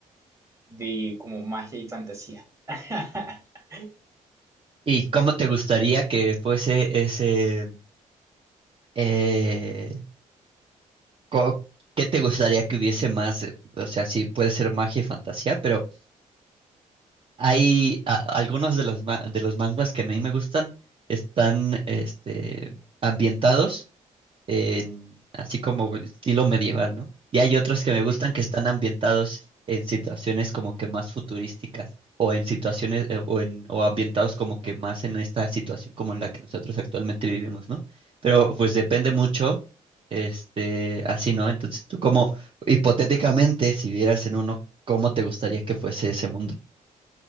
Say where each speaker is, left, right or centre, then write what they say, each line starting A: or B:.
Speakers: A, on the right; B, on the right.
A: de como magia y fantasía. <laughs>
B: ¿Y cómo te gustaría que fuese ese... eh, co- ¿qué te gustaría que hubiese más? eh, O sea, sí, puede ser magia y fantasía, pero hay a- algunos de los, ma- de los manguas que a mí me gustan, están este, ambientados. en- así como estilo medieval, ¿no? Y hay otros que me gustan
A: Sí,
B: que están ambientados en situaciones como que más futurísticas o en situaciones eh, o en o ambientados como que más en esta situación como en la que nosotros actualmente vivimos, ¿no? Pero pues depende
A: sí.
B: mucho este así, ¿no? Entonces tú como hipotéticamente si vieras en uno ¿cómo te gustaría que fuese ese mundo?